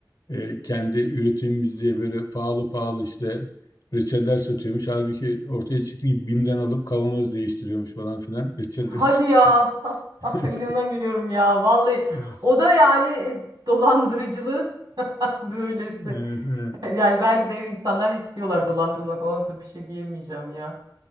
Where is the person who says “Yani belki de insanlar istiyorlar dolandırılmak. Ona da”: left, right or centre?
Right